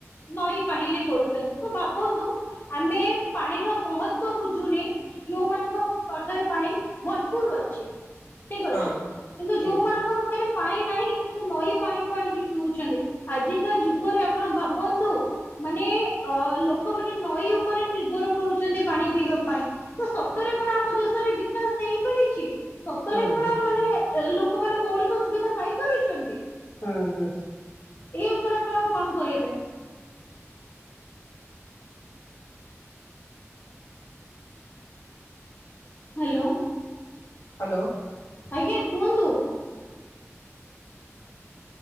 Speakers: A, on the left; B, on the left.
A: ନଈ ପାଣିରେ କରୁଚନ୍ତି ତ ଭାବନ୍ତୁ ଆମେ ପାଣିର ମହତ୍ବ ବୁଝୁନେ ଯଉମାନଙ୍କ ପାଖେରେ ପାଣି ଭରପୁର୍ ଅଛି। ଠିକ୍ ଅଛି
B: ହଁ
A: କିନ୍ତୁ
B: ହୁଁ
A: ଯଉମାନଙ୍କ ପାଖରେ ପାଣି ନାହିଁ ସେ ନଈ ପାଣିକୁ ଆଣିକି ପିଉଚନ୍ତି ଆଜିକା ଯୁଗରେ ଆପଣ ଭାବନ୍ତୁ ମାନେ ଅ- ଲୋକମାନେ ନଈ ଉପରେ ନିର୍ଭର କରୁଚନ୍ତି ପାଣି ପିଇବା ପାଇଁ। ତ ସତରେ କଣ ଆମ ଦେଶରେ ବିକାଶ୍ ହେଇପାରିଚି? ସତରେ
B: ହୁଁ
A: କଣ
B: ହୁଁ
A: ମାନେ ଲୋକମାନେ ମୌଳିକ ସୁବିଧା ପାଇପାରୁଚନ୍ତି?
B: ହୁଁ ହୁଁ
A: ଏଇ ଉପରେ ଆପଣ କଣ୍ କହିବେ? ହାଲୋ।
B: ହାଲୋ।
A: ଆଜ୍ଞା କୁହନ୍ତୁ।